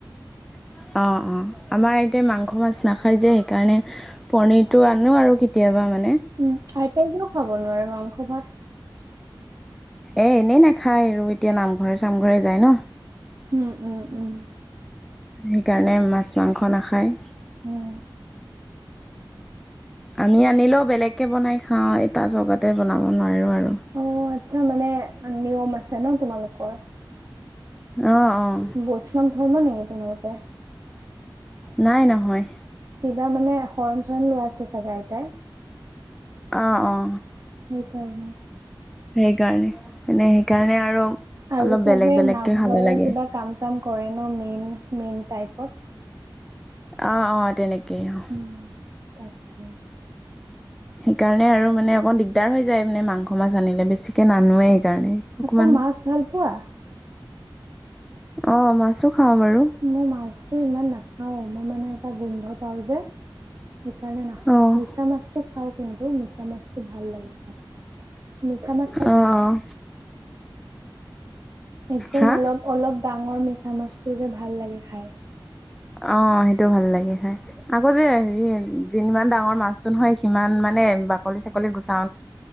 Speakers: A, in the centre; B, on the right (about 40°).
A: হয় <unintelligible> অ', অ', আমাৰ এতিয়া মাংস মাছ নাখাই যে সেইকাৰণে পনিৰটো আনো আৰু কেতিয়াবা আ
B: উম, আইতাইেও খাব নোৱাৰে মাংস ভাত <unintelligible>
A: এ, এনেই নাখায় আৰু এতিয়া নামঘৰে চামঘৰে যায় ন,
B: উম, উম, উম
A: সেইকাৰণে মাছ মাংস নাখায়
B: উম,
A: আমি আনিলেও বেলেগকে বনাই খাও এটা জগতে বনাব নোৱাৰো আৰু
B: অ আচ্ছা মানে নিয়ম আছে ন তোমালোকৰ
A: অঁ অঁ
B: বৈষ্ণৱ ধৰ্ম নেকি তোমালোকৰ
A: নাই নহয়
B: কিবা মানে শৰণ, চৰণ লোৱা আছে চাগা আইতাই
A: অ, ' অ',
B: কাৰণ <unintelligible>
A: সেইকাৰণে মানে, সেইকাৰণে আৰু
B: আৰু
A: অলপ
B: চবে
A: বেলেগ বেলেগকৈ
B: নামঘৰৰ
A: খাব লাগে
B: কিবা কাম চাম কৰে ন মেইন, মেইন টাইপত
A: অ', অ', তেনেকেই অ',
B: উম, তাকে <inaudible>
A: সেইকাৰণে আৰু মানে অকণ দিগদাৰ হৈ যায় মানে মাংস মাছ আনিলে বেছিকে নানোৱে সেইকাৰণে অকমান
B: আকৌ মাছ ভাল পোৱা
A: অ', মাছো খাওঁ বাৰু
B: মই মাছটো ইমান নাখাও মই মানে এটা গোন্ধ পাওঁ যে সেইকাৰণে না
A: অ',
B: মিছা মাছটো খাওঁ কিন্তু মিছা মাছটো ভাল লাগে মিছা মাছ
A: আহ, আহ
B: একদম
A: হা?
B: অলপ, অলপ ডাঙৰ মিছামাছটো যে ভাল লাগে খাই
A: অ', সেইটো ভাল লাগে খাই আকৌ যে হেৰি যিমান ডাঙৰ মাছতো নহয় সিমান মানে বাকলি চাকলি গুচ